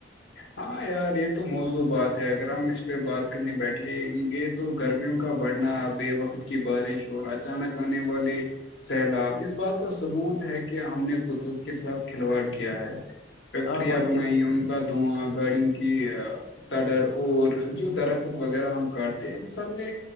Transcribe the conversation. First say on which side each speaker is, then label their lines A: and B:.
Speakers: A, on the left (about 65°); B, on the left (about 85°).
A: ہاں یار یہ تو موضوں بات ہے اگر ہم اس پہ بات کرنے بیٹھے گے تو گرمیوں کا بڑھنا بے وقت کی بارش اور اچانک آنے والے سیلاب اس بات کا ثبوت ہے کہ ہم نے قدرت کے ساتھ کھلواڑ کیا ہے فیکٹریاں
B: ہاں بھائی
A: بنائی
B: جان
A: ان کا دھواں گاڑیوں کی تڈر اور جو درخت وغیرہ ہم کاٹتے ہیں ان سب نے